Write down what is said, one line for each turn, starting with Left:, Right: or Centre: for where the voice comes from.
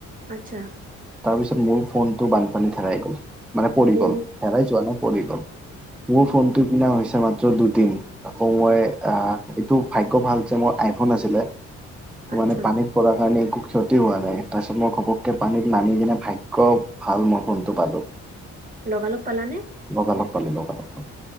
Right: আচ্ছা।
Centre: তাৰপিছত মোৰ ফোনটো বানপানীত হেৰাই গ'ল মানে পৰি
Right: অ
Centre: গ'ল হেৰাই যোৱা নাই পৰি গ'ল। মোৰ ফোনটো কিনা হৈছে মাত্ৰ দুদিন আকৌ মই অ এইটো ভাগ্য ভাল যে মোৰ আইফোন আছিলে
Right: আচ্ছা
Centre: মানে পানীত। কাৰণে একো ক্ষতি হোৱা নাই তাৰপিছত মই ঘপককৈ পানীত নামি কিনে ভাগ্য। ভাল মই ফোনটো পালো।।
Right: লগালগ পালানে?
Centre: লগালগ পালো, লগালগ পালো।